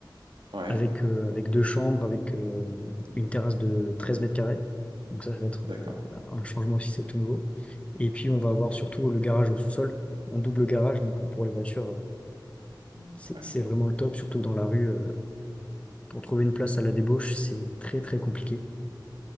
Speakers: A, on the right; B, on the left.
A: Ouais,
B: avec, euh, avec deux chambres, avec euh, une terrasse de 13 mètres carrés. Donc ça, ça va être
A: d'accord.
B: euh, un changement aussi, c'est tout nouveau. Et puis, on va avoir surtout le garage au sous-sol, un double garage, donc pour les voitures, euh,
A: Mm.
B: c'est
A: Ouais.
B: c'est vraiment le top, surtout que dans la rue. euh, pour trouver une place à la débauche, c'est très très compliqué.